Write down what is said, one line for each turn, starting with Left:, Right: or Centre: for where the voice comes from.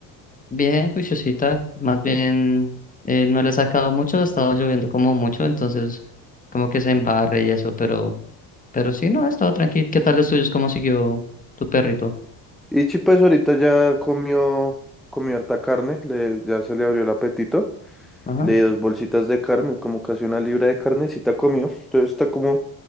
Left: Bien, juiciosita. Más bien,
Centre: ¿sí?
Left: eh, no le ha sacado mucho, ha estado lloviendo como mucho, entonces como que se embarre y eso, pero, pero sí, no, ha estado tranqui. ¿Qué tal los tuyos? ¿Cómo siguió tu perrito?
Centre: Ichi, pues ahorita ya comió, comió harta carne, le, ya se le abrió el apetito.
Left: Ajá.
Centre: Le di dos bolsitas de carne, como casi una libra de carnecita comió. Entonces está como,